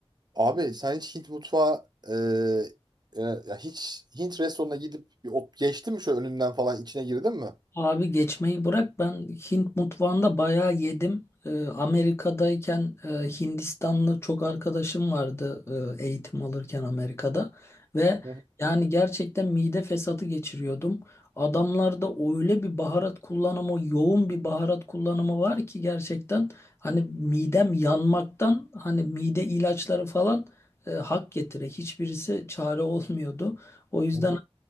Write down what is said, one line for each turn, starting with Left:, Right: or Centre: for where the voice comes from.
Right: Abi sen hiç Hint mutfağı e, e, ya hiç Hint restoranına gidip bir ot geçti mi şöyle önünden falan içine girdin mi?
Left: Abi geçmeyi bırak ben Hint mutfağında bayağı yedim. Ee, Amerika'dayken e, Hindistanlı çok arkadaşım vardı e, eğitim alırken Amerika'da ve
Right: Hı
Left: yani gerçekten mide fesatı geçiriyordum. Adamlarda öyle bir baharat kullanımı, yoğun bir baharat kullanımı var ki gerçekten hani midem yanmaktan hani mide ilaçları falan e, hak getire hiçbirisi çare olmuyordu. O yüzden
Right: hı.